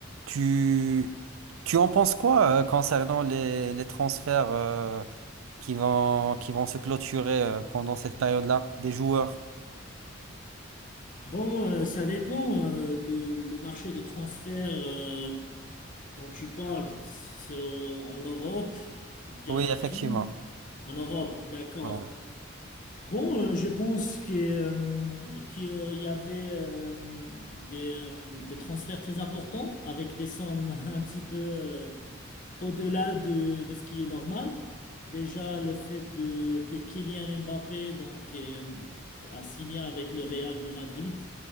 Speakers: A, on the right (about 80°); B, on the left (about 40°).
A: Tu, tu en penses quoi euh, concernant les, les transferts euh, qui vont, qui vont se clôturer euh, pendant cette période-là des joueurs?
B: Bon, euh, ça dépend. euh, le, le marché des transferts euh, dont tu parles, c'est au- en Europe ou bien
A: Oui,
B: en Afrique?
A: effectivement.
B: En Europe, d'accord.
A: Ouais,
B: Bon, euh, je pense que, euh, qu'il euh, y avait euh, des, euh, des transferts très importants avec des sommes <laughs> un petit peu euh, au-delà de, de ce qui est normal. Déjà, le fait de, que Kylian Mbappé donc, euh, a signé avec le Real du Madrid